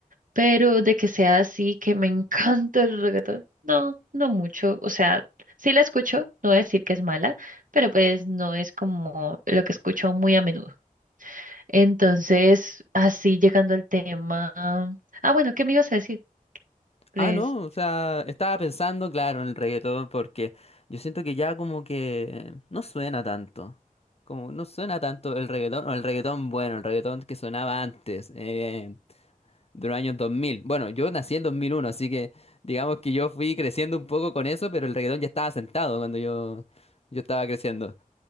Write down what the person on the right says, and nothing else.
pero de que sea así, que me <laughs> encanta el reggaetón, no, no mucho. O sea, sí la escucho, no voy a decir que es mala, pero pues no es como lo que escucho muy a menudo. Entonces, así llegando al tema. Ah, bueno, ¿qué me ibas a decir? Pues,